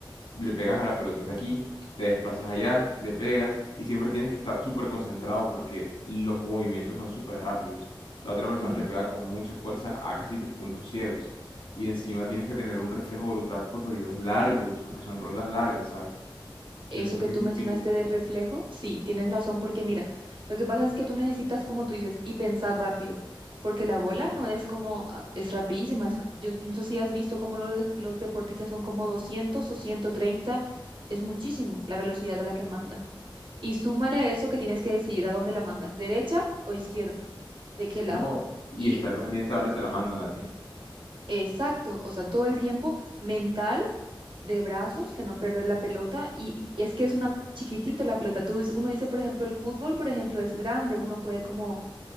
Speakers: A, on the left; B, on the right.
A: le pegas a la pelotita aquí, te desplazas allá, le pegas y siempre tienes que estar súper concentrado porque los movimientos son súper rápidos. La otra persona
B: sí
A: le pega con mucha fuerza a casi tus puntos ciegos y encima tienes que tener un reflejo brutal por periodos largos, porque son rondas largas, ¿sabes?
B: Eso
A: Yo siento
B: que
A: que
B: tú
A: es difícil.
B: mencionaste de reflejo, sí, tienes razón, porque mira, lo que pasa es que tú necesitas, como tú dices, y pensar rápido, porque la bola no es como, ah, es rapidísima, es, yo no sé si has visto cómo los, de- los deportistas son como 200 o ciento treinta es muchísimo la velocidad a la que mandan. Y súmale a eso que tienes que decidir a dónde la mandas, derecha o izquierda, de qué lado.
A: No, y
B: Y
A: estar pendiente a dónde te la mandan a ti.
B: Exacto, o sea, todo el tiempo mental de brazos, que no perder la pelota, y es que es una chiquitito la pelota. Tú, dices- uno dice, por ejemplo, el fútbol, por ejemplo, es grande, uno puede como